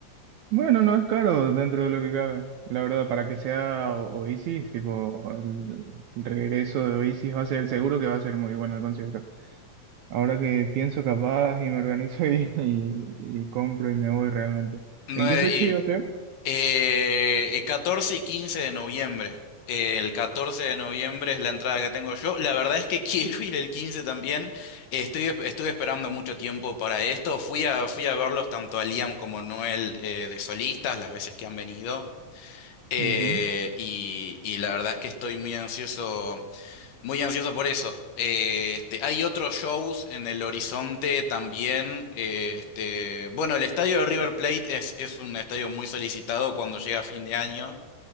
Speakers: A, on the right (about 75°); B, on the left (about 70°).
A: bueno, no es caro dentro de lo que cabe, la verdad, para que sea O- Oasis, tipo, el regreso de Oasis va a ser, seguro que va a ser muy bueno el concierto. Ahora que pienso capaz y me organizo <laughs> y, y- y compro y me voy realmente.
B: No,
A: ¿En qué
B: eh,
A: fecha iba a ser?
B: Eh, eh, 14 y 15 de noviembre. Eh, el 14 de noviembre es la entrada que tengo yo. La verdad es que <laughs> quiero ir el 15 también. Eh, estoy, esp- estuve esperando mucho tiempo para esto. Fui a, fui a verlos tanto a Liam como a Noel eh, de solistas las veces que han venido. Eh,
A: Ujú.
B: y, y la verdad es que estoy muy ansioso. Muy ansioso por eso. Eh, este, hay otros shows en el horizonte también. eh, este, bueno, el estadio de River Plate es, es un estadio muy solicitado cuando llega fin de año.